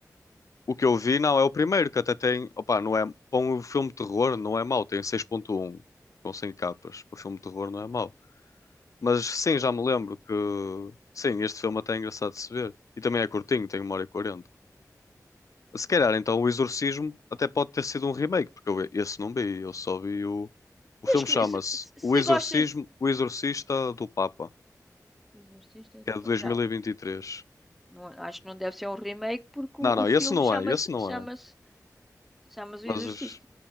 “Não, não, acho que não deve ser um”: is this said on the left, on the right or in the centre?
Centre